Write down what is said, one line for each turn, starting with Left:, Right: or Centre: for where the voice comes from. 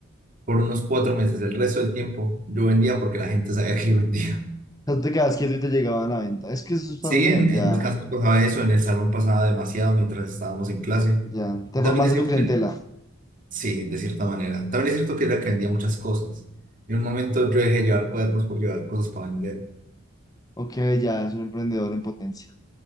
Right: por unos cuatro meses, el resto del tiempo yo vendía porque la gente sabía que yo vendía.
Left: sea, tú te quedabas quieto y te llegaban a la venta. Es que eso está
Right: Sí,
Left: muy bien,
Right: en,
Left: ya,
Right: en descansos pasaba eso, en el salón pasaba demasiado mientras estábamos en clase.
Left: ya. Te
Right: También
Left: formaste
Right: es cierto
Left: tu clientela.
Right: que Sí, de cierta manera. También es cierto que era que vendía muchas cosas. En un momento yo dejé de llevar cuadernos por llevar cosas para vender.
Left: Ok, ya, es un emprendedor en potencia.